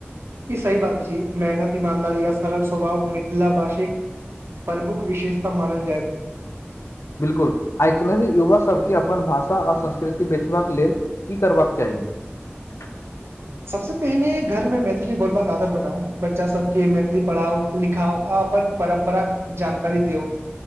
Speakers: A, on the right (about 70°); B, on the left (about 80°).
A: ई सही बात अछि मेहनत ईमानदारी या सरल स्वभाव मिथिला भाषिक प्रमुख विशेषता मानल जाइत
B: बिलकुल आइकलनि युवा सबके अपन भाषा आर संस्कृति बेचबाक लेल की करबाक चाही <inaudible>
A: सबस पहिने घर में मैथिली बोलबाक आदत बनाउ बच्चा सबके मैथिली पढ़ाओ लिखाउ आ अपन परम्पराक जानकारी दिऔ